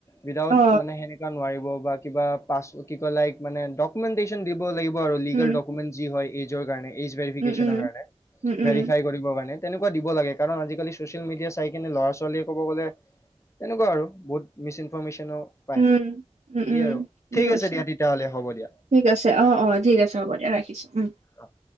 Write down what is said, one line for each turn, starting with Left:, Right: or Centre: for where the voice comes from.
Left: উইডাউট
Right: অ
Left: মানে সেনে- না নোৱাৰিব বা কিবা পাছ কি কয় লাইক মানে ডকুমেণ্টেশ্যন দিব লাগিব আৰু লিগেল
Right: উম
Left: ডক- মেন যি হয় এইজৰ কাৰণে এইজ ভেৰিফিকেশ্যনৰ
Right: উম উম
Left: কাৰণে
Right: উম উম
Left: ভেৰিফাই কৰিব কাৰণে। তেনেকুৱা দিব লাগে, কাৰণ আজিকালি চচিয়েল মিডিয়া চাই কিনে ল'ৰা ছোৱালীয়ে ক'ব গ'লে- তেনেকুৱা আৰু বহুত মিছ ইনফৰৰ্মেশ্যনো- পাই,
Right: উম উম
Left: সেই
Right: উম
Left: আৰু
Right: ঠিকে
Left: ঠিক
Right: কৈছা
Left: আছে দিয়া তেতিয়াহলে হ'ব দিয়া।
Right: ঠিক আছে অঁ অঁ ঠিক আছে হ'ব দিয়া ৰাখিছোঁ। উম
Left: অঁহ।